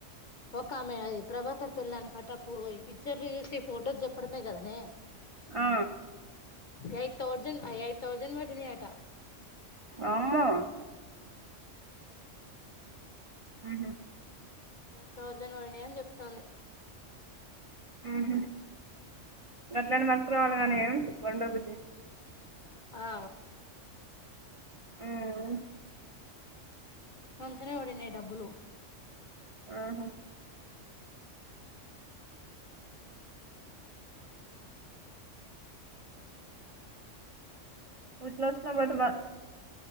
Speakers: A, on the left; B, on the right.
A: ఒక ఆమె అది ప్రభాకర్ పెళ్ళాని కటా అప్పుడు ఈ పిక్చర్లు చూసి ఫోటోస్ చెప్పడమే కదనే
B: ఆ
A: ఎయిట్ టౌజండ్ ఎయి టౌజండ్ పడినియటా
B: అమ్మె
A: ఆ
B: ఉహుమ్
A: ఎయిట్ థౌజండ్ పడిని అని చెప్తుంది
B: ఉహుమ్ అట్లానే మనకు రావాలి గానీ చూడండే బుజ్జి
A: ఆ
B: ఆమ్
A: మంచినే పడినాయి డబ్బులు
B: ఆహా!
A: ఆ
B: ఉచ్ లోచ్న బడుత